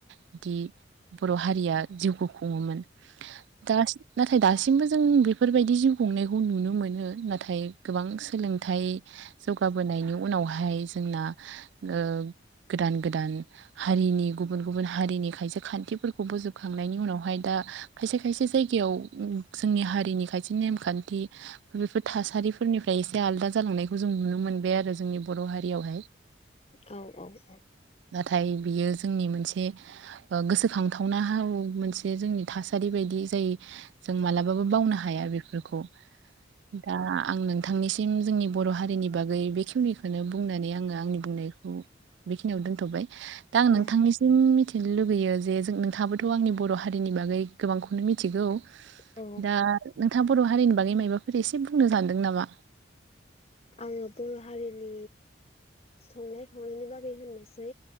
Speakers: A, on the right (about 70°); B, on the left (about 30°).
A: बिदि बर' हारिया जिउखौ खुंङोमोन। दा ना थाय दासिमबो जों बेफोरबायदि जिउ खुंनायखौ नुनो मोनो नाथाय गोबां सोलोंथाइ जौगाबोनायनि उनावहाय जोंना ओ गोदान गोदान हारिनि गुबुन गुबुन हारिनि खायसे खान्थिफोरखौ बोजोबखांनायनि उनावहाय दा खायसे खायसे जायगायाव उम जोंनि हारिनि खायसे नेमखान्थि बेफोर थासारिफोरनिफ्राय एसे आलादा जालांनायखौ जों नुनो मोनबाय आरो जोंनि बर' हारियावहाय।
B: औ औ औ।
A: नाथाय बियो जोंनि मोनसे ओ गोसोखांथावना हाव मोनसे जोंनि थासारि बायदि जाय जों मालाबाबो बावनो हाया बेफोरखौ। दा आं नोंथांनिसिम जोंनि बर' हारिनि बागै बेखिनिखौनो बुंनानै आंङो आंनि बुंनायखौ बेखिनियाव दोनथ'बाय दा आं
B: औ
A: नोंथांनिसिम मिथि थिनो लुगैयो जे जों नोंथाबोथ' आंनि बर' हारिनि बागै गोबांखौनो मिथिगौ।
B: औ
A: दा नोंथां बर' हारिनि बागै मायबाफोर एसे बुंनो सानदों नामा?
B: आंङो बर' हारिनि संनाय खावनायनि बागै होननोसै।